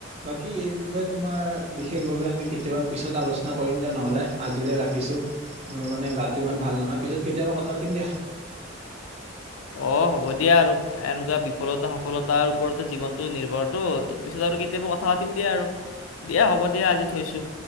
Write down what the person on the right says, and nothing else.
বাকী এই বিষয়ে তোমাৰ বিশেষভাৱে আমি কেতিয়াবা পিছত আলোচ কৰিম দিয়া নহ'লে আজিলৈ ৰাখিছো। মোৰ মানে গাটো ইমান ভাল নহয়, পিছত কেতিয়াবা কথা পাতিম দিয়া। <unintelligible>